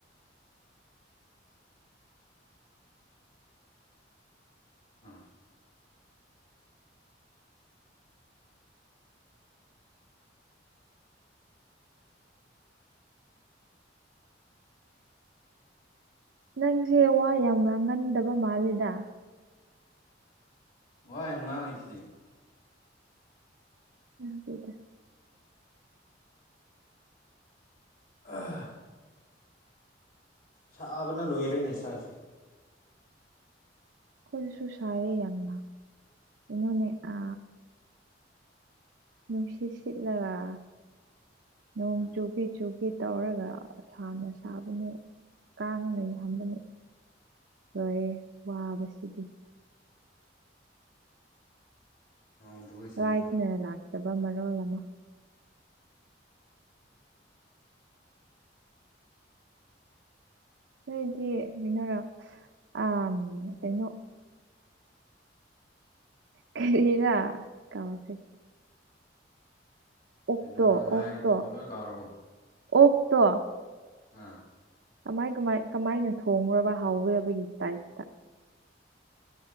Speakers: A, on the left; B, on the right.
A: ꯑꯥ
B: <inaudible> ꯅꯪꯁꯦ ꯋꯥ ꯌꯥꯝ ꯉꯥꯡꯒꯟꯗꯕ ꯃꯥꯜꯂꯦꯗ
A: ꯋꯥ ꯌꯥꯝ ꯉꯥꯡꯉꯤ ꯁꯤꯗꯤ
B: ꯉꯥꯡꯗꯦꯗ
A: ꯑ ꯁꯥꯕꯅ ꯂꯣꯏꯔꯦꯅꯦ ꯁꯥꯁꯦ
B: ꯈꯣꯏꯁꯨ ꯁꯥꯏꯑꯦ ꯌꯥꯝꯅ ꯀꯩꯅꯣꯅꯦ ꯑ ꯅꯨꯡꯁꯤꯠ ꯁꯤꯠꯂꯒ ꯅꯣꯡ
A: ꯎꯝ
B: ꯆꯨꯕꯤꯠ ꯆꯨꯕꯤꯠ ꯇꯧꯔꯒ ꯁꯥꯅ ꯁꯥꯕꯅꯦ ꯀꯥꯡꯅ ꯌꯥꯝꯕꯅꯦ ꯂꯣꯏꯔꯦ ꯋꯥꯕꯁꯤꯗꯤ
A: ꯅꯣꯡ ꯆꯨꯏ ꯁꯤꯗꯁꯨ
B: ꯂꯥꯏꯠꯅ ꯂꯥꯛꯇꯕ ꯃꯔꯣꯜ ꯑꯃ ꯅꯣꯏꯗꯤ ꯃꯤꯅꯔꯥ ꯑꯝ ꯀꯩꯅꯣ ꯀꯔꯤꯔꯥ ꯀꯥꯎꯈ꯭ꯔꯦ ꯑꯣꯛꯇꯣ
A: ꯀꯩꯅꯣ ꯅꯪ ꯍꯥꯏꯒꯦ
B: ꯑꯣꯛꯇꯣ
A: ꯇꯧꯕ ꯂꯣꯏ ꯀꯥꯎꯔꯕꯣ
B: ꯑꯣꯛꯇꯣ
A: ꯑꯥ
B: ꯀꯃꯥꯏ ꯀꯃꯥꯏ ꯀꯃꯥꯏꯅ ꯊꯣꯡꯕ꯭ꯔꯕ ꯍꯥꯎꯒꯗꯕꯒꯤ ꯇꯥꯏꯞꯇ